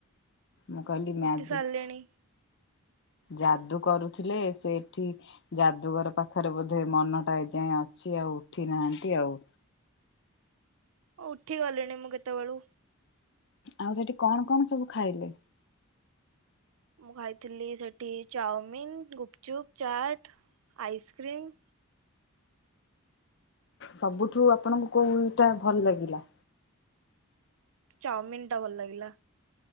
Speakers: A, on the left; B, on the right.
A: ମୁ କାଲି ମ୍ୟାଜିକ
B: ଉଠି ସାରିଲିଣି
A: ଯାଦୁ କରୁଥିଲେ ସେଠି ଯାଦୁଗର ପାଖରେ ବୋଧେ ମନଟା ଏ ଯାଏ ଅଛି ଆଉ ଉଠି ନାହାନ୍ତି ଆଉ।
B: ଉଠି ଗ ଲଣି ମୁଁ କେତେବେଳୁ।
A: ଆଉ ସେଠି କଣ କଣ ସବୁ ଖାଇଲେ।
B: ମୁଁ ଖାଇଥିଲି ସେଠି ଚାଉମିିନ ଗୁପଚୁପ ଚାଟ ଆଇସ୍କ୍ରିମ।
A: ସବୁଠୁ ଆପଣଙ୍କୁ କୋଇଟା ଭଲ ଲାଗିଲା।
B: ଚାଉମିିନ ଟା ଭଲ ଲାଗିଲା।